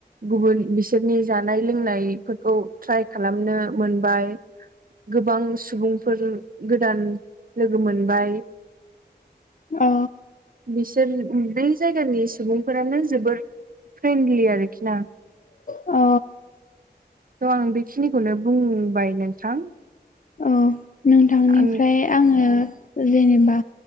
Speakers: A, on the right; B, on the left.
A: गुबुन बिसोरनि जानाय लोंनाय खौ ट्राइ खालामनो मोनबाय गोबां सुबुंफोर गोदान लोगो मोनबाय।
B: औ।
A: बिसोर बै जायगानि सुबुंफोरानो जबोर फ्रेन्डलि आरोखि ना
B: अ
A: थ' आं बेखिनिखौनो बुंबाय नोंथां।
B: औ नोंथांनिफ्राय
A: आं
B: आङो जेनेबा